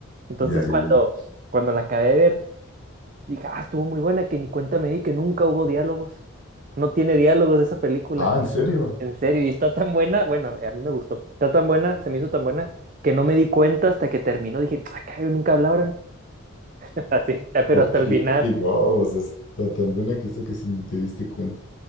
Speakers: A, on the right; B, on the left.
A: Entonces
B: Ya, ya,
A: cuando,
B: ya.
A: cuando la acabé de ver, dije, ah, estuvo muy buena, que ni cuenta me di que nunca hubo diálogos, no tiene diálogos esa película.
B: Ah, ¿en serio?
A: En serio, y está tan buena, bueno, a mí me gustó, está tan buena, se me hizo tan buena, que no me di cuenta hasta que terminó, dije, acá nunca hablaron, <laughs> así, ya, pero
B: Ok,
A: hasta el final,
B: wow, o sea, está tan buena que está que si ni te diste cuenta.